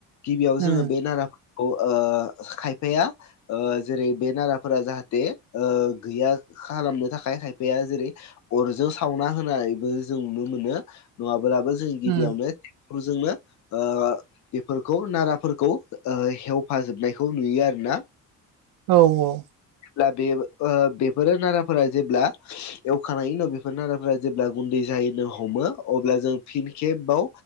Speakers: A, on the left; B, on the right.
A: गिबियाव जोङो
B: उम
A: बे नारा खौ ओ खायफाया ओ जेरै बे नाराफोरा जाहाथे ओ गैया खालामनो थाखाय खायफाया जेरै अरजों सावना होनायबो जों नुनो मोनो नङाब्लाबो जों गिबियावनो
B: उम
A: ट्रेक्टजोंनो ओ बेफोरखौ नाराफोरखौ ओ हेवफाजोबनायखौ नुयो आरो ना।
B: औ औ
A: ब्ला बे ओ बेफोरो नाराफोरा जेब्ला एवखांनायनायनि उनाव बेफोर नारदाफोरा जेब्ला गुन्दै जाहैनो हमो अब्ला जों फिन खेबाव